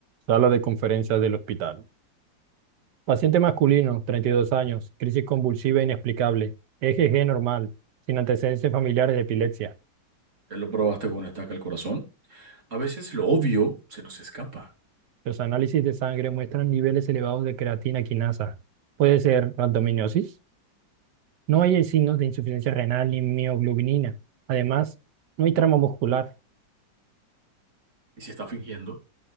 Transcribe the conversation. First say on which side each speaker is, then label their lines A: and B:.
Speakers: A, on the right; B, on the right.
A: Sala de conferencias del hospital. Paciente masculino, 32 años, crisis convulsiva inexplicable, EGG normal, sin antecedentes familiares de epilepsia.
B: Ya lo probaste con una estaca al corazón. A veces lo obvio se nos escapa.
A: Los análisis de sangre muestran niveles elevados de creatina quinasa. Puede ser rhabdomiólisis. No hay signos de insuficiencia renal ni mioglobinina. Además, no hay trama muscular.
B: ¿Y si está fingiendo?